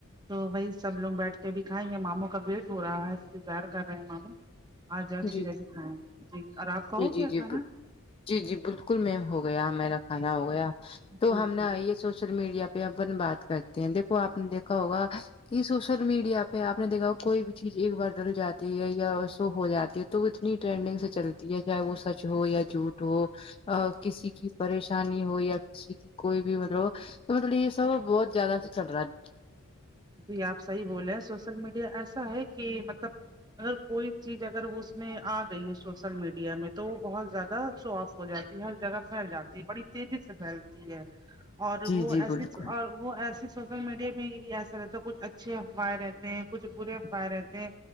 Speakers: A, on the right; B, on the left.
A: تو وہی سب لوگ بیٹھ کے ابھی کھائیں گے ماموں کا ویٹ ہو رہا ہے انتظار کر رہے ہیں ماموں آ جاے تو
B: جی
A: پھر
B: جی
A: کھائیں جی اور آپ کا
B: جی
A: ہوگیا
B: جی جی
A: کھانا
B: جی جی بالکل میم ہو گیا میرا کھانا ہو گیا تو
A: جی
B: ہم
A: جی
B: نا یہ سوشل میڈیا پہ اپن بات کرتے ہیں دیکھو آپ نے دیکھا ہوگا یہ سوشل میڈیا پہ آپ نے دیکھا ہو کوئی بھی چیز ایک بار ڈل جاتی ہے یا شو ہو جاتا یہ تو وہ اتنی ٹرینڈنگ سے چلتی ہے چاہے وہ سچ ہو یا جھوٹ ہو آآ کسی کی پریشانی ہو یا کسی کی کوئی بھی مطلب تو مطلب یہ سب بہت زیادہ سے چل رہا ہے
A: جی آپ صحیح بولے سوشل میڈیا ایسا ہے کہ مطلب اگر کوئی چیز اگر وہ اس میں آگئی ہے سوشل میڈیا میں تو وہ بہت زیادہ شو آف ہو جاتی ہے ہر جگہ پھیل جاتی ہے بڑی تیزی سے پھیلتی ہے اور
B: جی
A: وہ
B: جی
A: ایسی
B: بالکل
A: وہ ایسی سوشل میڈیا میں بھی ایسی رہتے تو کچھ اچھے افواہیں رہتے ہیں کچھ برے افواہیں رہتے ہیں